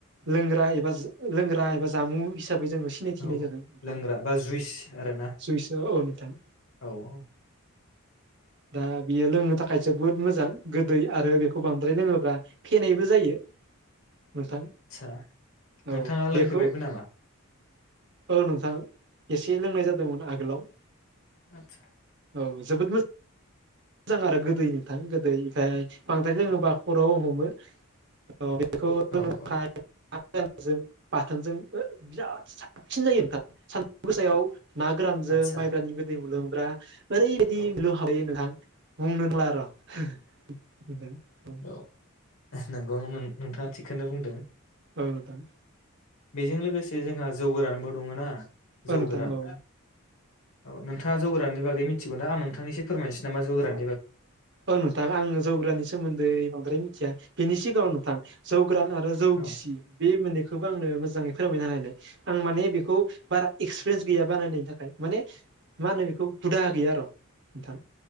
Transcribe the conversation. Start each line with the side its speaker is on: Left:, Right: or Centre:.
Right: लोंग्रा एबा लोंग्रा एबा जामुं हिसाबै जोंङो सिनायथिनाय
Left: औ
Right: जादों नोंथां
Left: लोंग्रा बा जुइस आरोना
Right: जुइस औ नोंथां
Left: औ औ
Right: दा बियो लोंनो थाखाय जोबोद मोजां गोदै आरो बेखौ बांद्राय लोङोब्ला फेनायबो जायो नोंथां
Left: आदसा
Right: औ
Left: नोंथाङा
Right: बेखौ
Left: लोंफेबायबो नामा
Right: औ नोंथां एसे लोंनाय जादोंमोन आगोलाव
Left: आतसा
Right: औ जोद मोज मोजां आरो गोदै नोंथां गोदै ओमफाय बांद्राय लोङोब्ला खद राव हमो औ बेखौ रोंनो
Left: औ
Right: थाखाय
Left: औ
Right: <unintelligible> जों <unintelligible> सिन जायो नोंथां सान गोसायाव ना गोरानजों
Left: आदसा
Right: माइब्रानि गोदै मोनलोंबा ब्रा ओरैबा
Left: औ
Right: <unintelligible> ल हायो नोंथां बुंंनोला आर <unintelligible>
Left: औ <inaudible> नंगौ नों नोंथाङा थिगखौनो बुंदों
Right: औ दां
Left: बेजों लोगोसे जोंहा जौगोरनबो दङो ना
Right: औ
Left: जौ
Right: नोंथां
Left: गोरान
Right: औ
Left: औ नोंथाङा जौगोरानि बागै मिथिगौ ना आं नोंथांनो इसे फोरायसै नामा जौगोरान
Right: औ नोंथां आं जौ गोरानिस सोमोनदै बांद्राय मिथियानि बिनि सिगाङाव नोंथां जौ गोरान आरो जौ
Left: औ
Right: गिसि बे मोनै खोबो आंनो मोजाङै फोरमायनो हानाय आं माने बेखौ बारा एक्सपिरियेन्स गैया बानायनायनि थाखाय माने मा होनो बेखौ हुदा गैया आर नोंथां